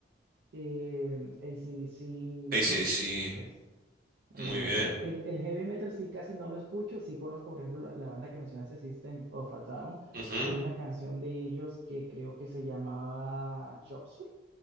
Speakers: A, on the right; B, on the right.
A: eh, AC/DC, no,
B: sí, sí,
A: pues este, Hay
B: muy
A: demasiado.
B: bien.
A: El, el heavy metal sí casi no lo escucho. Sí conozco, por ejemplo, la, la banda que mencionaste, System of a Down.
B: Ujú.
A: Hay una canción de ellos que creo que se llamaba Chop Suey.